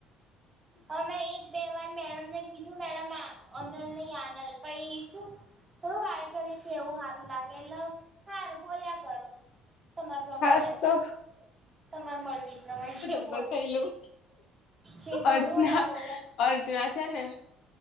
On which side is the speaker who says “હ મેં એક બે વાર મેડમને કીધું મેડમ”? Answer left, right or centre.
Right